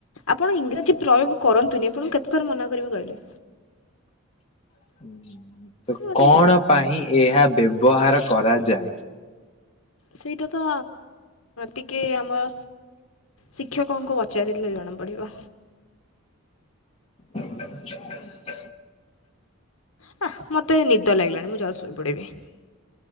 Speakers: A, on the left; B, on the left.
A: ଆପଣ ଇଂରାଜୀ ପ୍ରୟୋଗ କରନ୍ତୁନି ଆପଣ କେତେ ଥର ମନା କରିବେ କହିଲେ।
B: <inaudible> ତ
A: ଗୋଟେ
B: କଣ ପାଇଁ ଏହା ବ୍ୟବହାର କରାଯାଏ।
A: ସେଇଟା ତ ଟିକେ ଆମ ଶିକ୍ଷକଙ୍କୁ ପଚାରିଲେ ଜଣାପଡ଼ିବ।
B: <inaudible>
A: ହ ମତେ ନିଦ ଲାଗିଲାଣି, ମୁଁ ଯାଉଚି ଶୋଇପଡିବି।